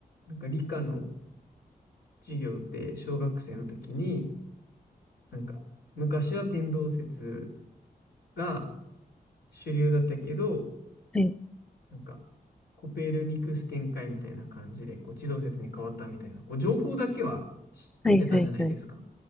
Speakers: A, on the left; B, in the centre.
A: なんか理科の授業で小学生の時に、なんか昔は天動説が主流だったけど、
B: はい、
A: なんかコペルニクス展開みたいな感じで、こう地動説に変わったみたいな、こう情報だけは知ってたじゃないですか。
B: はい、はい、はい。